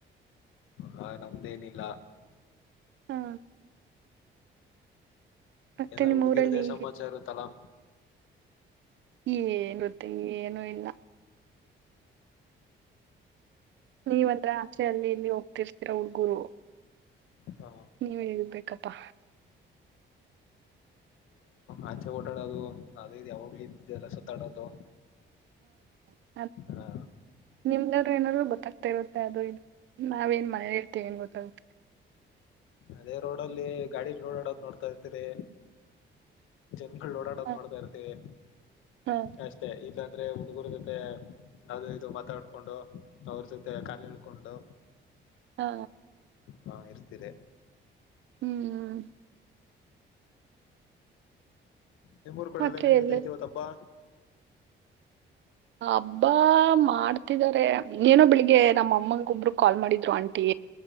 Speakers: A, on the left; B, on the right.
A: ಹ ನಮ್ದೇನಿಲ್ಲ
B: ಹಾ ಮತ್ತೆ
A: ಎಲ್ಲಾ
B: ನಿಮ್ಮ್
A: ಹುಡುಗಿರ್ದೆೇ
B: ಊರಲ್ಲಿ
A: ಸಮಾಚಾರ ತಲಾ
B: ಏ ಗೊತ್ತೆ ಏನುೂ ಇಲ್ಲ ನೀವ ಹತ್ರ ಆಸೆಯಲ್ಲಿ ಇಲ್ಲಿ ಹೋಗ್ತಿರ್ತೀರ ಹುಡ್ಗುರು
A: ಹಾ
B: ನೀವ ಹೇಗಬೇಕಪ್ಪಾ
A: ಆಂಚೆ ಓಡಾಡೋದು ಅದು ಯಾವಾಗ್ಲ ಇದ್ದಿದೆಲ್ಲ ಸುತ್ತಾಡೋದು
B: ಹಾ
A: ಹಾ
B: ನಿಮ್ದಾದ್ರು ಏನಾದ್ರು ಗೊತ್ತಾಗ್ತಾ ಇರುತ್ತೆ ಅದು ಇದು ನಾವೇಏನ್ ಮನೆ ಹೇಳ್ತೀವಿ ಏನ್ ಗೊತ್ತಾಗುತ್ತೆ
A: ಅದೇ ರೋಡ್ ಅಲ್ಲಿ ಗಾಡಿ ಲೋಡ್ ಆಡೋದ್ ನೋಡ್ತಾ ಇರ್ತೀರಿ ಮಂ ಓಡಾಡೋದ್
B: ಹ
A: ನೋಡ್ತಾ ಇರ್ತೀವಿ
B: ಹಾ
A: ಅಷ್ಟೇ ಇಲ್ಲಾಂದ್ರೆ ಹುಡುಗೂರ ಜೊತೆ ಅದು ಇದು ಮಾತಾಡ್ಕೊಂಡು ಅವ್ರ ಜೊತೆ ಕಾಲ ಹಳ್ಕೊಂಡು
B: ಹಾ
A: ಹಾ ಇರ್ತೀರಿ
B: ಹ್ಮ್ ಹ್ಮ್
A: ನಿಮ್ಮೂರು ಕೂಡೆ
B: ಮತ್ತೆ
A: ಎಲ್ಲ ಹೆಂಗಗೆ ಹಡಿತೈತಿವ
B: ಎಲ್ಲಿ
A: ತಬ್ಬಾ
B: ಹಬ್ಬಾ ಮಾಡ್ತಿದಿದ್ದಾರೆ ಏನೋ ಬೆಳಿಗ್ಗೆ ನಮ್ಮ ಅಮ್ಮನೊಬರು ಕಾಲ್ ಮಾಡಿದ್ರು ಆಂಟಿ